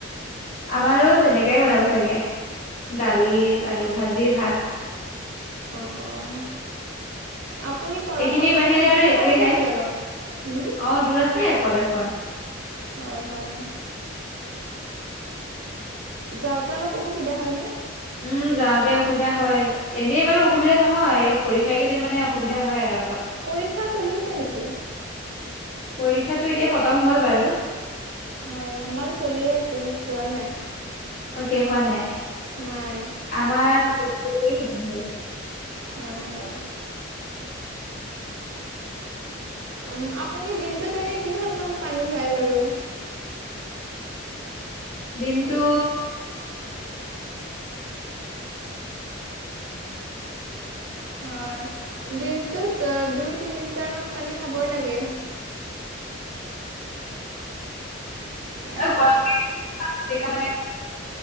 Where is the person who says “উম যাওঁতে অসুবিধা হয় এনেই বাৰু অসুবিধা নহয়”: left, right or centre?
Left